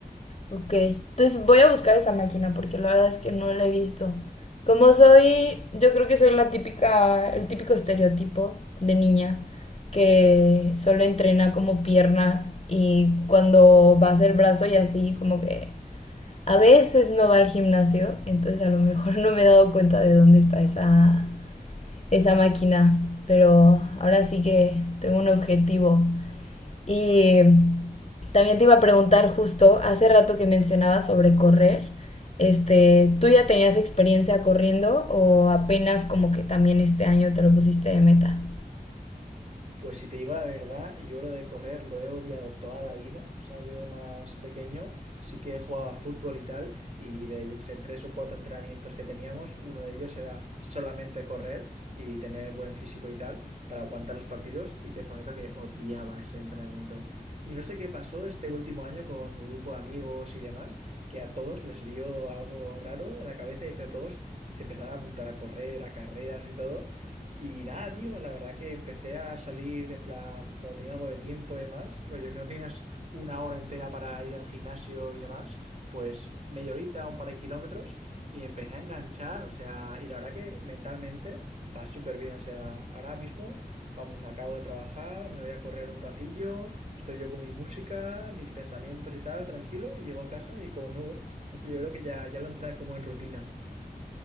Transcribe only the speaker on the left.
Ok, entonces voy a buscar esa máquina porque la verdad es que no la he visto. Como soy, yo creo que soy la típica, el típico estereotipo de niña que solo entrena como pierna y cuando va a hacer brazo y así, como que a veces no va al gimnasio, entonces a lo mejor <laughs> no me he dado cuenta de dónde está esa, esa máquina, pero ahora sí que tengo un objetivo. Y también te iba a preguntar justo, hace rato que mencionabas sobre correr, este, ¿tú ya tenías experiencia corriendo o apenas como que también este año te lo pusiste de meta?